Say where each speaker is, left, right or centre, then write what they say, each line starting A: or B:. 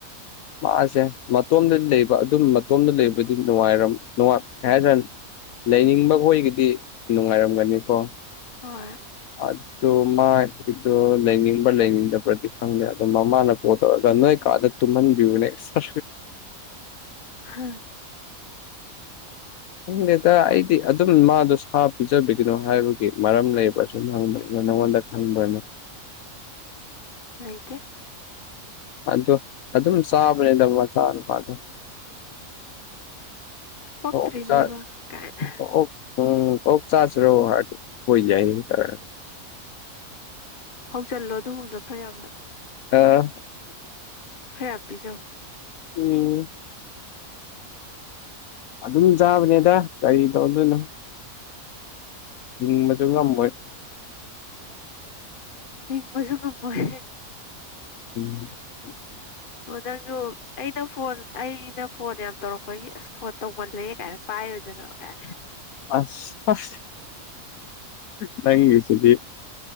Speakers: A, on the left (about 75°); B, on the left (about 35°).
A: ꯃꯥꯁꯦ ꯃꯇꯣꯝꯗ ꯂꯩꯕ ꯑꯗꯨꯝ ꯃꯇꯣꯝꯗ ꯂꯩꯕꯗꯤ ꯅꯨꯡꯉꯥꯏꯔꯝ ꯅꯨꯡꯉꯥꯏ ꯍꯥꯏꯗ꯭ꯔꯅꯤ ꯂꯩꯅꯤꯡꯕ ꯍꯣꯏꯒꯤꯗꯤ ꯅꯨꯡꯉꯥꯏꯔꯝꯒꯅꯤꯀꯣ
B: ꯍꯣꯏ
A: ꯑꯗꯨ ꯃꯥꯒꯤꯗꯣ ꯂꯩꯅꯤꯡꯕ꯭ꯔ ꯂꯩꯅꯤꯡꯗꯕ꯭ꯔꯗꯤ ꯈꯪꯗꯦ ꯑꯗꯨ ꯃꯃꯥꯅ ꯐꯣꯟ ꯇꯧꯔꯒ ꯅꯣꯏ ꯀꯥꯗ ꯇꯨꯝꯍꯟꯕꯤꯌꯨꯅꯦ ꯑꯁ
B: ꯍꯥꯥ
A: ꯈꯪꯗꯦꯗ ꯑꯩꯗꯤ ꯑꯗꯨꯝ ꯃꯥꯗꯣ ꯁꯥ ꯄꯤꯖꯕꯤꯒꯅꯣ ꯍꯥꯏꯕꯒꯤ ꯃꯔꯝ ꯂꯩꯕ꯭ꯔꯥ ꯁꯨꯝ ꯍꯪꯕꯅꯤꯗ ꯅꯪꯉꯣꯟꯗ ꯈꯪꯕ꯭ꯔꯅ
B: ꯂꯩꯇꯦ
A: ꯑꯗꯣ ꯑꯗꯨꯝ ꯆꯥꯕꯅꯦꯗ ꯃꯆꯥꯥ ꯅꯨꯨꯄꯥꯗꯣ
B: ꯄꯛꯇ꯭ꯔꯤꯅꯦꯕ
A: ꯑꯣ ꯆꯥ
B: ꯀꯥꯏꯅ
A: ꯑꯣꯑꯣꯛ ꯎꯝ ꯑꯣꯛ ꯆꯁꯤꯔꯣ ꯍꯥꯢꯔꯗꯤ ꯑꯣꯏ ꯌꯥꯏ ꯇꯧꯔꯛꯑꯅꯤ
B: ꯍꯣꯡ ꯆꯜꯂꯣ ꯑꯗꯨꯒꯨꯝꯕꯗꯣ ꯈꯔ ꯌꯥꯝꯅ
A: ꯑꯥ
B: ꯈꯔ ꯌꯝ ꯄꯤꯖꯧ
A: ꯎꯝ ꯑꯗꯨꯝ ꯆꯥꯕꯅꯦꯗ ꯀꯔꯤ ꯇꯧꯗꯣꯏꯅꯣ ꯊꯤꯡꯕꯁꯨ ꯉꯝꯃꯣꯢ
B: ꯍꯤꯡꯕꯖꯨ ꯉꯝꯃꯣꯢ
A: <inaudible>
B: ꯑꯣ ꯅꯪꯁꯨ ꯑꯩꯅ ꯐꯣꯟ ꯑꯩꯅ ꯐꯣꯟ ꯌꯥꯝ ꯇꯧꯔꯛꯄꯒꯤ ꯑꯁ ꯐꯣꯟ ꯇꯧꯃꯜꯂꯦ ꯀꯥꯏꯅ ꯄꯥꯏꯔꯣꯢꯗꯣꯏꯔ ꯀꯥꯏ
A: ꯑꯁ ꯑꯁ ꯅꯪꯒꯤꯁꯤꯗꯤ